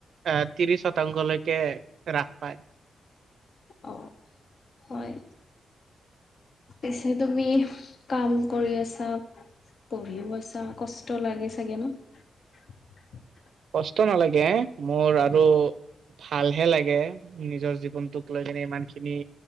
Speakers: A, on the right (about 75°); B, on the left (about 55°).
A: আহ ত্ৰিশ শতাংশলৈকে ৰাখ পাই।
B: অ হয়, পিছে তুমি কাম কৰি আছা, পঢ়িও আছা, কষ্ট লাগে চাগে ন। <unintelligible>
A: কষ্ট নালাগে মোৰ আৰু। ভালহে লাগে নিজৰ জীৱনটোক লৈ কিনে ইমান খিনি